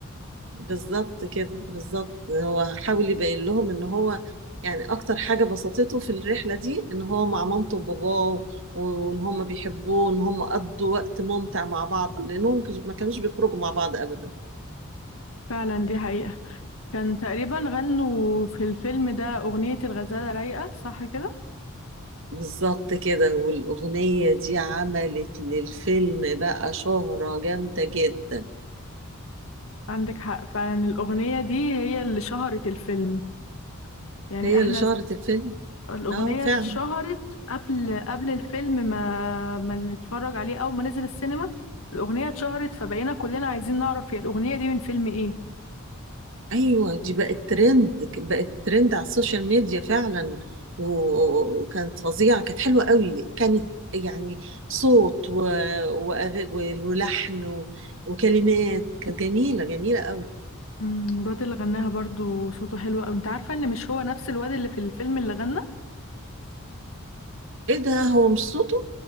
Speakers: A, on the right (about 60°); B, on the left (about 70°).
A: بالظبط كده بالظبط هو حاول يبين لهم ان هو يعني اكتر حاجة بسطته في الرحلة دي ان هو مع مامته وباباه وان هم بيحبوه وان هم قضوا وقت ممتع مع بعض لانهم كش- ما كانوش بيخرجوا مع بعض ابدا
B: فعلا دي حقيقة كان تقريبا غنوا في الفيلم ده أغنية الغزالة رايقة صح كده
A: بالظبط كده والاغنية دي عملت للفيلم بقى شهرة جامدة جدا
B: عندك حق فعلا الأغنية دي هي اللي شهرت الفيلم يعني
A: هي
B: احنا
A: اللي شهرت الفيلم
B: الأغنية
A: اه فعلا
B: اتشهرت قبل قبل الفيلم ما ما نتفرج عليه أول ما نزل السينما الأغنية اتشهرت فبقينا كلنا عايزين نعرف هي الأغنية دي من فيلم إيه
A: ايوه دي بقت ترند بقت ترند على السوشيال ميديا فعلا و- وكانت فظيعه كانت حلوه قوي كانت يعني صوت و... وأغ- ولحن و... وكلمات كانت جميله جميله قوي
B: أمم، الواد اللي غناها برضو صوته حلو أوي أنت عارفة إن مش هو نفس الواد اللي في الفيلم اللي غنى
A: ايه ده هو مش صوته